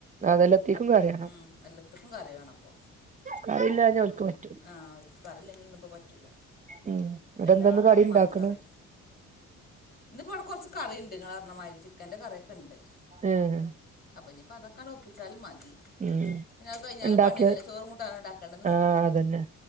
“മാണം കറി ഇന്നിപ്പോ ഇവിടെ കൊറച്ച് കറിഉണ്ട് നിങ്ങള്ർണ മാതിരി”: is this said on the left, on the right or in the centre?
Left